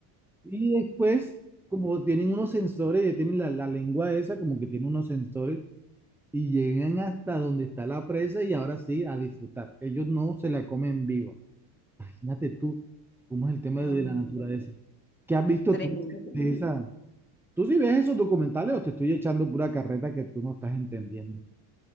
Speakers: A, in the centre; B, on the left.
A: Y después, como tienen unos sensores, ya tienen la, la lengua esa, como que tiene unos sensores, y llegan hasta donde está la presa y ahora sí a disfrutar. Ellos no se la comen viva. Imagínate tú cómo es el tema
B: No,
A: de
B: no,
A: la
B: no,
A: naturaleza.
B: no. no.
A: ¿Qué has visto
B: Tremendo,
A: tú
B: tremendo.
A: de esa? ¿Tú sí ves esos documentales o te estoy echando pura carreta que tú no estás entendiendo?